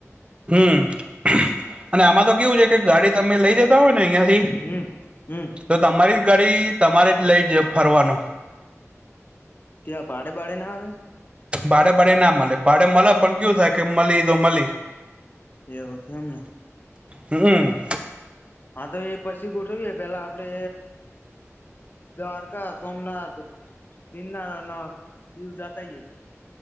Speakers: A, on the right (about 20°); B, on the left (about 40°).
A: હમ્મ. અને આમાં તો કેવું છે, કે ગાડી તમે લઈ જતા હોય ને અહિયાયા થી
B: હમ હમ
A: તો તમારી જ ગાડી તમારે જ લઈ જ ફરવાનું.
B: ત્યાં ભાડે બાડે ના આવે?
A: ભાડે બાડે ના મળે ભાડે મળે પણ કેવું થાય કે મળી તો મળી
B: એવું છે એમને
A: હમ્મ
B: હા, તો એ પછી ગોઠવીએ પેલા આપડે દ્વારકા સોમનાથ ગિરનાર અને દીવ જતા આયે